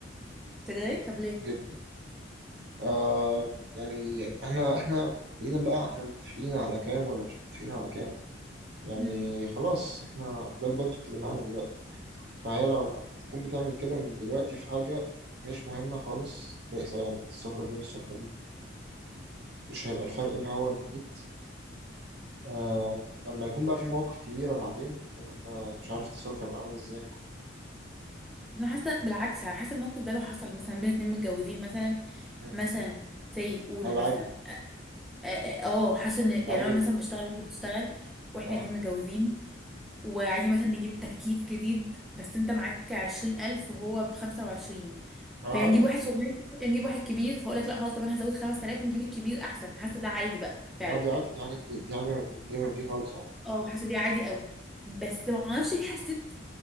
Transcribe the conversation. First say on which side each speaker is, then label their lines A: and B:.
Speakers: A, in the centre; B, on the right.
A: تضايق طب ليه
B: جدا آه يعني احنا احنا بعيدا بقى احنا متفقين على كام ولا مش متفقين على كام يعني
A: مم.
B: خلاص احنا ده البادجت اللي معانا دلوقتي فهي لو ما تكون بتعمل كده من دلوقتي في حاجة مش مهمة خالص لا سواء يعني السفرة دي مش السفرة دي مش هيبقى الفرق اللي هو المميت آه لما يكون بقى في مواقف كبيرة بعدين إن- مش عارف التصرف هيبقى عامل ازاي
A: انا حاسه بالعكس انا حاسه الموقف ده لو حصل مثلا بين اتنين متجوزين مثلا
B: مم.
A: مثلا سي قول
B: هيبقى
A: مثلا
B: عادي
A: اه آه، آه، حاسه ان يعني
B: عادي
A: لو
B: جدا
A: انا مثلا بشتغل وانت بتشتغل واحنا
B: اه
A: الاتنين متجوزين وعايزين مثلا نجيب تكييف جديد بس انت معاك عشرين ألف وهو بخمسة وعشرين
B: آه،
A: فنجيب
B: عادي
A: واحد صغير نجيب واحد كبير فاقول لك لا خلاص طب انا هزود 5000 ونجيب الكبير احسن حاسه ده عادي بقى فعلا
B: اه دي عادي دي حاجة دي, دي حاجة دي غير دي خالص اه
A: اه حاسه دي عادي قوي بس ما اعرفش ليه حسيت